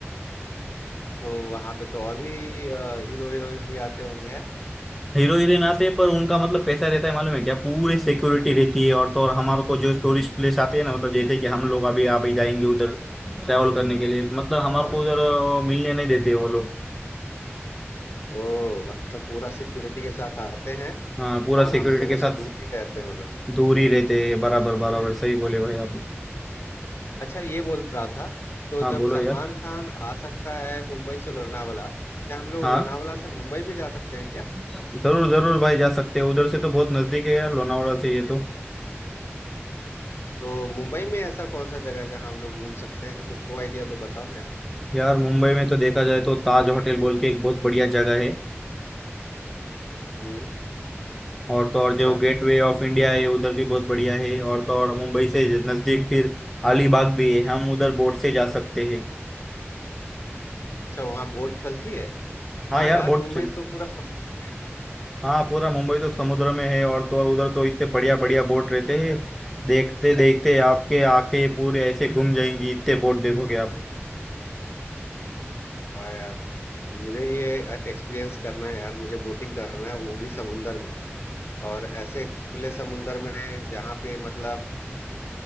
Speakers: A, on the left (about 60°); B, in the centre.
A: तो वहां पे तो और भी अ, हीरो हीरोइंस भी आते होंगे हैं
B: हीरो हीरोइन आते हैं पर उनका मतलब कैसा रहता है मालूम है क्या पूरी सिक्योरिटी रहती है और तो और हमारे को जो टूरिस्ट प्लेस आते हैं ना मतलब जैसे कि हम लोग अभी आप ही जाएंगे उधर ट्रैवल करने के लिए मतलब हमारे
A: हाँ
B: को उधर अ, मिलने नहीं देते वो लोग
A: ओ मतलब पूरा सिक्योरिटी के साथ आते हैं
B: हाँ पूरा
A: और
B: सिक्योरिटी
A: हम लोगों
B: के साथ
A: से दूर ही रहते हैं वो लोग
B: दूर ही रहते हैं बराबर
A: हम्म।
B: बराबर सही बोले भाई आप
A: अच्छा ये बोल रहा था तो
B: हाँ
A: जब
B: बोलो
A: सलमान
B: यार
A: खान आ सकता है मुंबई से लोनावला क्या हम लोग
B: हाँ
A: लोनावला से मुंबई भी जा सकते हैं क्या
B: जरूर जरूर भाई जा सकते हैं उधर से तो बहुत नजदीक है यार लोनावाड़ा से ये तो
A: तो मुंबई में ऐसा कौन सा जगह है जहाँ हम लोग घूम सकते हैं कुछ हो आइडिया तो बताओ ना यार
B: यार मुंबई में तो देखा जाए तो ताज होटल बोल के एक बहुत बढ़िया जगह है
A: हम्म
B: और तो और
A: अच्छा
B: जो गेटवे ऑफ इंडिया है उधर भी बहुत बढ़िया है और तो और मुंबई से नजदीक फिर अलीबाग भी है हम उधर बोट से जा सकते हैं
A: अच्छा वहाँ बोट चलती है हाँ
B: हाँ यार
A: यार
B: बोट
A: मुंबई
B: चल
A: तो पूरा समुद्र में है ना
B: हाँ पूरा मुंबई तो समुद्र में है और तो और उधर तो इतने बढ़िया बढ़िया बोट रहते हैं देखते देखते आपके आंखें पूरे ऐसे घूम जाएंगी इतने बोट देखोगे आप
A: हाँ यार मुझे ये एक्सपीरियंस करना है यार मुझे बोटिंग करना है वो भी समुंदर में और ऐसे खुले समुंदर में जहाँ पे मतलब